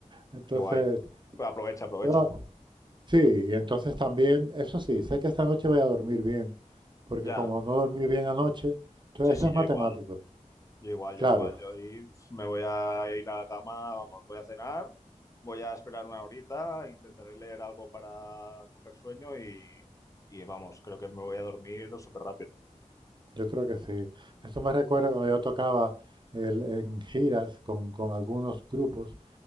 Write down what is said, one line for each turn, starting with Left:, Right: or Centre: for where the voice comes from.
Right: entonces,
Left: qué guay. Pues aprovecha, aprovecha.
Right: no, sí, y entonces también, eso sí, sé que esta noche voy a dormir bien, porque
Left: Ya,
Right: como no dormí bien anoche, entonces
Left: sí, sí,
Right: eso es
Left: yo
Right: matemático,
Left: igual, yo igual,
Right: claro.
Left: yo igual. Yo ahí, pf, me voy a ir a la cama, vamos, voy a cenar, voy a esperar una horita, intentaré leer algo para coger sueño y, y vamos, creo que me voy a dormir súper rápido.
Right: Yo creo que sí. Esto me recuerda cuando yo tocaba el- en giras con, con algunos grupos